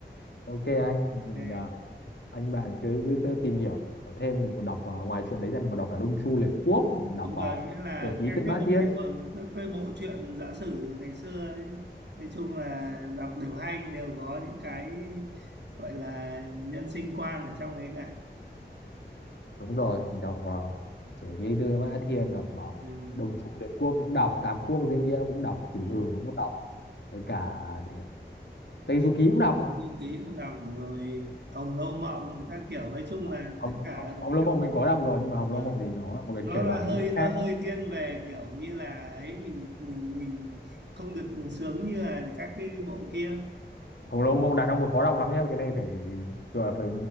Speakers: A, on the left (about 70°); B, on the right (about 70°).
A: ok anh mình
B: Thế-
A: à, anh bạn cứ, cứ tự tìm hiểu thêm mình còn đọc vào ngoài chuyện đấy ra mình còn đọc cả Đông Chu Liệt Quốc mình còn đọc
B: đúng
A: vào
B: rồi nghĩa là
A: Sử ký
B: các
A: Tư Mã
B: cái bộ
A: Thiên
B: các cái bộ truyện giã sử ngày xưa ấy nói chung là đọc đều hay đều có những cái gọi là nhân sinh quan ở trong đấy cả
A: đúng rồi mình đọc vào Sử ký Tư Mã Thiên đọc vào
B: ừ.
A: Đông Chu Liệt Quốc cũng đọc Tám Quốc Diễn Nghĩa cũng đọc kỷ
B: Ừ.
A: Hử cũng đọc với cả gì nhỉ? Tây Du Ký cũng đọc
B: cái du ký cũng đọc rồi Hồng Lâu Mộng rồi các kiểu nói chung
A: Ờ,
B: là
A: Hồng,
B: tất cả
A: Hồng Hồng Lâu Mộng mình có đọc rồi nhưng mà Hồng
B: ờ,
A: Lâu Mộng thì nó là một cái
B: nó
A: thể
B: là
A: loại
B: hơi
A: nó rất khác
B: nó hơi thiên về kiểu như là ấy mình mình mình không được sướng như là các cái bộ kia
A: khổng lồ mộng đàn ông là khó đọc lắm nhé cái này phải gọi là phải